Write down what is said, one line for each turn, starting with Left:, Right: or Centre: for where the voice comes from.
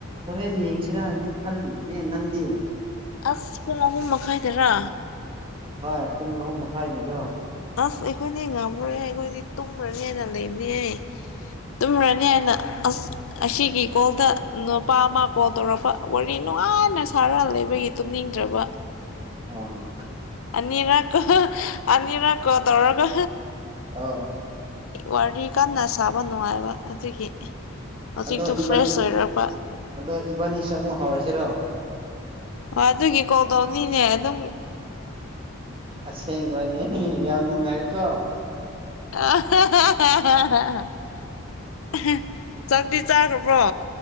Right: ꯍꯣꯔꯦꯟ ꯌꯦꯡꯁꯤꯔꯗꯤ ꯈꯜꯂꯤꯕꯅꯦ ꯅꯪꯗꯤ ꯌꯦꯡ
Left: ꯑꯁ ꯄꯨꯡ ꯑꯍꯨꯝ ꯃꯈꯥꯏꯗꯔꯥ
Right: ꯍꯣꯏ ꯄꯨꯡ ꯑꯍꯨꯝ ꯃꯈꯥꯏꯒꯤꯗꯣ
Left: ꯑꯁ ꯑꯩꯈꯣꯏꯗꯤ ꯉꯝꯃꯨꯔꯣꯏ ꯑꯩꯈꯣꯏꯗꯤ ꯇꯨꯝꯈ꯭ꯔꯅꯤꯅ ꯂꯩꯕꯅꯦꯌꯦ ꯇꯨꯝꯈ꯭ꯔꯅꯤ ꯍꯥꯏꯅ ꯑꯁ ꯑꯁꯤꯒꯤ ꯀꯣꯜꯗ ꯅꯨꯄꯥ ꯑꯃ ꯀꯣꯜ ꯇꯧꯔꯛꯄ ꯋꯥꯔꯤ ꯅꯨꯡꯉꯥꯏꯅ ꯁꯥꯔ ꯂꯩꯕꯒꯤ ꯇꯨꯝꯅꯤꯡꯗ꯭ꯔꯕ
Right: ꯑꯣ
Left: ꯑꯅꯤꯔ ꯀ ꯑꯅꯤꯔ ꯀꯣ ꯇꯧꯔ ꯀ
Right: ꯑꯣ
Left: ꯋꯥꯔꯤ ꯀꯟꯅ ꯁꯥꯕ ꯅꯨꯡꯉꯥꯏꯕ ꯑꯗꯨꯒꯤ ꯍꯧꯖꯤꯛꯇꯨ
Right: ꯑꯗꯣ
Left: ꯐ꯭ꯔꯦꯁ
Right: ꯏꯕꯥꯅꯤ
Left: ꯑꯣꯏꯔꯕ
Right: ꯑꯗꯣ ꯏꯕꯥꯅꯤꯁꯨ ꯑꯃꯨꯛ ꯍꯧꯔꯁꯤꯔꯣ
Left: ꯑꯣ ꯑꯗꯨꯒꯤ ꯀꯣꯜ ꯇꯧꯅꯤꯅꯦ ꯑꯗꯨꯝ
Right: ꯑꯁꯦꯡꯕꯅꯦ ꯌꯥꯝ ꯅꯨꯡꯉꯥꯏꯔꯀꯣ
Left: ꯑ ꯍꯥ ꯍꯥ ꯍꯥ ꯆꯥꯛꯇꯤ ꯆꯥꯈ꯭ꯔꯕ꯭ꯔꯣ